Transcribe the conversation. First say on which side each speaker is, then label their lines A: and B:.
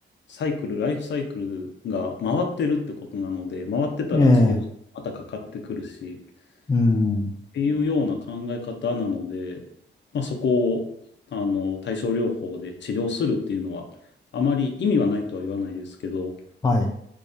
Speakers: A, on the left; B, on the left.
A: サイクル、ライフサイクルが回ってるってことなので、回ってたら治療、
B: ええ、
A: またかかってくるし、
B: うん、
A: っていうような考え方なので、まあ、そこを、あの、対症療法で治療するっていうのは、あまり意味はないとは言わないですけど、
B: はい、